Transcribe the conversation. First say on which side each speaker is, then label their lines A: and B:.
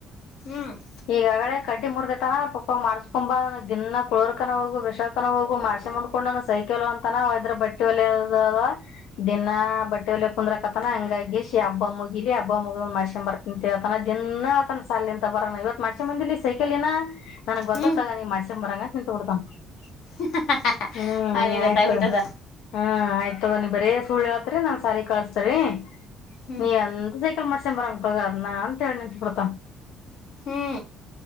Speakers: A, on the left (about 85°); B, on the left (about 65°).
A: ಹ
B: ಹ್ಮ್..
A: ಈಗ ಆಗಡೆ ಕಡ್ಡಿ ಮುರ್ದೈತನ ಪಪ್ಪ ಮಾಡಸ್ಕೊಂಬ ದಿನ ಕುಳೋರ್ಕನ ಹೋಗು ವಿಶ್ಕನ ಹೋಗು ಮಾಡ್ಸಿ ಮು <unintelligible> ಡು ನೋಡ್ಕೊಂಡ್ ಸೈಕೆಲ್ ಅಂತ ಇದ್ರ ಬಟ್ಟೆ ಒಲಿ <unintelligible> ದಿನಾ ಬಟ್ಟೆ ವಲ್ಯಕ್ ಕುಂದ್ರಕತನ ಹಂಗಾಗಿಶಿ ಹಬ್ಬ ಮುಗಿಲಿ ಹಬ್ಬ ಮುಗ್ ಮಾಡಸಕ <unintelligible> ತಿತನ ದಿನ ಆತನ ಸಾಲ ಅಂತ ಬರೋ ಇವತ್ ಮಾಡಿಸ್ ಕಮ್ ಬಂದಿಲ್ಲಿ ಸೈಕಲ್ ನ ನನ್ಗ್ ಗೊತ್ತೊತ್ತ
B: ಹ್ಞೂ
A: ತಗ ನಿ <unintelligible>
B: <inaudible>
A: ಹ್ಮ್
B: ಅವನಿಗೆ ಗೊತ್ತಾಗ್ಬಿಟ್ಟದ
A: ಆಯ್ತು ಹ್ಮ ಆಯ್ತು ತಕೊ ನಿನ್ ಬರೀ ಸುಳ್ಳು ಹೇಳಳ್ತ್ರಿ ನಾ ಸಾಲ ಕಳಸ್ತರೀ
B: ಹ್ಞೂ
A: ನೀವಂತ ಮೋಸ ಮಾಡಕಾತಾಡ್ದ ನನ್ನಅದನ್ನ ಅಂತಹೇಳಿ ನಿತ್ ಬಿಡ್ತ
B: ಹ್ಞೂ